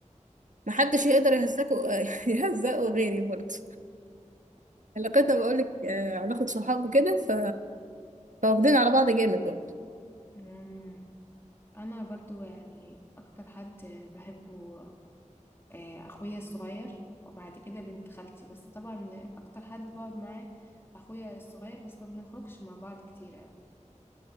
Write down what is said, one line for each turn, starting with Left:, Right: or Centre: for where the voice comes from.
Right: ما حدش يقدر يهزقه <laughs> يهزقه غيري برضه علاقتنا بقول لك علاقه صحاب وكده ف فواخدين على بعض جامد برضه
Left: مم. انا برضو يعني اكتر حد بحبه آه، اخويا الصغير وبعد كده بنت خالتي بس طبعا اكتر حد بقعد معاه اخويا الصغير بس ما بنخرجش مع بعض كتير قوي